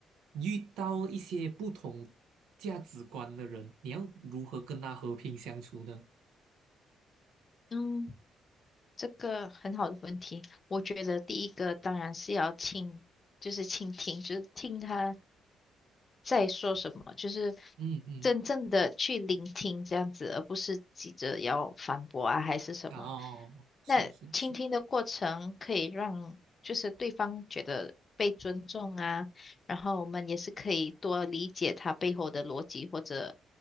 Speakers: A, on the right; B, on the left.
A: 遇到一些不同价值观的人，你要如何跟他和平相处呢？
B: 嗯，这个很好的问题。我觉得第一个当然是要倾，就是倾听，就是听他在说什么，就是
A: 嗯嗯，
B: 真正的去聆听这样子，而不是急着要反驳啊，还是什么。
A: 哦，是是是，
B: 那倾听的过程可以让就是对方觉得被尊重啊，然后我们也是可以多理解他背后的逻辑或者